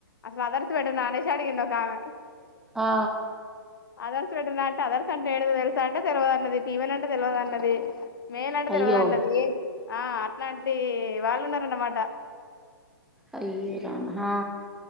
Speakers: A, on the left; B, in the centre.
A: అసలు అదర్స్ పెట్టనేష అడిగింది ఒక ఆమె
B: ఆ
A: అదర్శ పె అంటే అదర్శ అంటే ఎడ్ ఏతెలుసా అంటే తెలియదున్నది ఫీమన్ అంటే తెలవదు అన్నది మే నడు
B: అయ్యో
A: తెల్వద్ అన్నది ఆ అట్లాంటి వాలు ఉన్నారనమాటా
B: అయ్య రామా హా